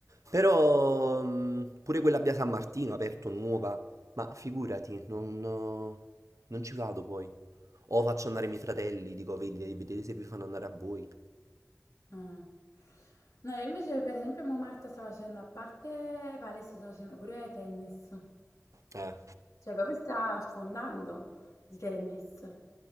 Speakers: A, on the right; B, on the left.
A: Però mm, pure quella a Via San Martino, aperto nuova, ma figurati, non, non ci vado poi. O faccio andare i miei fratelli, dico, "Vedi- vedete se vi fanno andare a voi.
B: Ah. No, io invece per esempio mo Marta sta facendo, a parte palestra, sta facendo pure tennis.
A: Eh,
B: Cioè proprio sta sfondando di tennis.